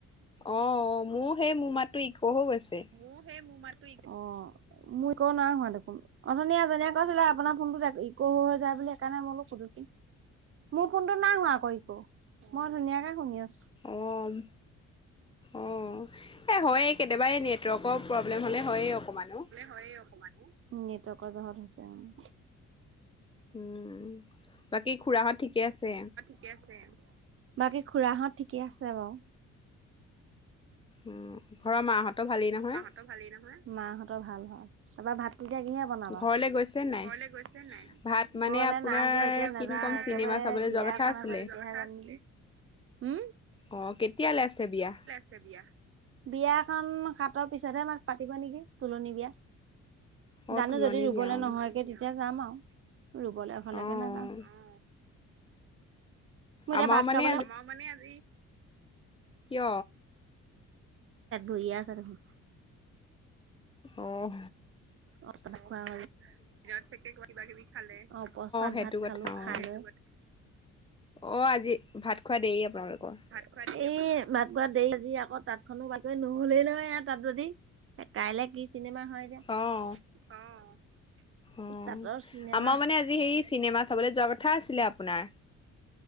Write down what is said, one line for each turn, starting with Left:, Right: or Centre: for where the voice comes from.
Left: অহ। মোৰ সেই মোৰ মাতটো ইক' হৈ গৈছে।
Right: মোৰ সেই মোৰ মাতটো ইক'। অহ'মোৰ ইক' নাই হোৱা দেখোন। অথনি এজনীয়ে কৈছিলে। আপোনাৰ ফোনটো যে ইক' হৈ হৈ যায় বুলি, সেইকাৰণে মই বোলো সুধিছো চোন। মো ফোনটো নাই হোৱা আকৌ ইক', মই ধুনীয়াকে শুনি আছোঁ।
Left: অম, অহ। এ, হয়েই কেতিয়াবা, এই নেটৱৰ্কৰ প্ৰব্লেম হ'লে হয়েই অকমান অ।
Right: হয়েই অকমান অ নেটৱৰ্কৰ যহত হৈছে, উম।
Left: উম, বাকী খুড়াহঁত ঠিকে আছে?
Right: ঠিকে আছে বাকী, খুড়াহঁত ঠিকেই আছে বাও।
Left: উম, ঘৰৰ মাহঁতৰ ভালেই নহয়?
Right: মাহঁতৰ ভাল ভাল। তাপা ভাতটো এতিয়া কিহে বনাবা?
Left: ঘৰলে গৈছে নাই?
Right: ঘৰলে গৈছেনে নাই?
Left: ভাত মানে
Right: ঘৰলে
Left: আপোনাৰ
Right: নাই যোৱা। এতিয়া
Left: কিনো
Right: নাযাওঁ।
Left: ক'ম
Right: একেবাৰে
Left: চিনেমা চাবলৈ
Right: বিয়া
Left: যোৱা কথা
Right: এখন
Left: আছিলে।
Right: <unintelligible> উম
Left: অ', কেতিয়ালে আছে বিয়া?
Right: <unintelligible> বিয়া? বিয়াখন সাতৰ পিছতহে আমাক পাতিব নিকি, তোলনী বিয়া।
Left: অ'
Right: জানো
Left: তোলনি
Right: যদি ৰুবলে
Left: বিয়া অ'।
Right: নহয়গে, তেতিয়া যাম আৰু, ৰুবলে হলেগে
Left: অ'
Right: নাযাওঁ। মোৰ
Left: আমাৰ
Right: এতিয়া ভাত
Left: মানে
Right: খাবলে, <unintelligible> আজি কিয়? পেট
Left: কিয়?
Right: ভৰিয়ে আছে দেখোন।
Left: অহ।
Right: <unintelligible> খোৱা হল, <unintelligible> কিবা-কিবি খালে? অ', বস্তাত
Left: সেইটো
Right: ভাত
Left: কথা
Right: খালোঁ।
Left: অ'।
Right: <inaudible>
Left: অ', আজি ভাত খোৱা দেৰি আপোনালোকৰ?
Right: এই ভাত খোৱা দেৰি আজি, আকৌ তাঁতখনো বাতি কৰি, নহলেই নহয় এয়া তাঁত বাতি। এ, কাইলে কি চিনেমা হয় এতিয়া,
Left: অ'
Right: অ',
Left: অ'।
Right: তাঁতৰ চিনেমা।
Left: আমাৰ মানে আজি হেৰি চিনেমা চাবলৈ যোৱা কথা আছিলে আপোনাৰ।